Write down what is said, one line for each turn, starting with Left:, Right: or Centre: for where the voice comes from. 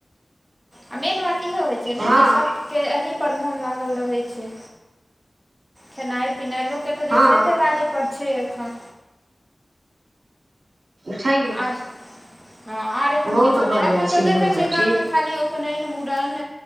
Centre: आ मेन बात इ होइ छै ने
Right: हँ
Centre: जे सब के एहि पर मोन लागल रहै छै, खेनाइ पिनाइ लोक केतऽ
Right: हँ
Centre: जे खेते बाड़ी पर छै, एखन
Right: छैहे
Centre: आर, हँ आर एखन
Right: बहुत
Centre: किछो
Right: भऽ
Centre: नहि
Right: जाइ
Centre: एखन
Right: छै
Centre: तऽ
Right: इहो
Centre: देखै
Right: सब
Centre: छियै गाम
Right: चीज
Centre: मे खाली ओ उपनेन, मूड़न,